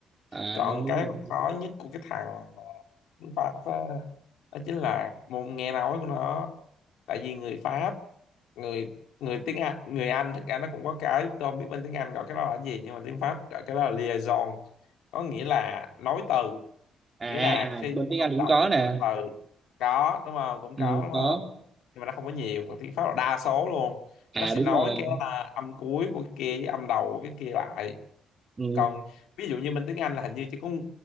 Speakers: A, on the right; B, on the left.
A: à
B: còn
A: đúng
B: cái
A: rồi
B: mà khó nhất của cái thằng ờ, tiếng Pháp á, đó chính là môn nghe nói của nó tại vì người Pháp người người tiếng Anh người Anh thật ra nó cũng có cái tôi không biết bên tiếng Anh gọi cái đó là gì nhưng mà tiếng Pháp gọi cái đó là liaison có nghĩa là nối từ
A: à
B: nghĩa là khi
A: à bên
B: mà
A: tiếng
B: ông
A: Anh cũng
B: đọc
A: có
B: một
A: nè
B: cụm từ có đúng không cũng
A: ừ,
B: có đúng
A: có
B: không nhưng mà nó không có nhiều còn tiếng Pháp là đa số luôn
A: à
B: nó sẽ
A: đúng
B: nói
A: rồi
B: cái à, âm cuối của cái kia với âm đầu của cái kia lại
A: ừ.
B: còn ví dụ như bên tiếng Anh là hình như chỉ có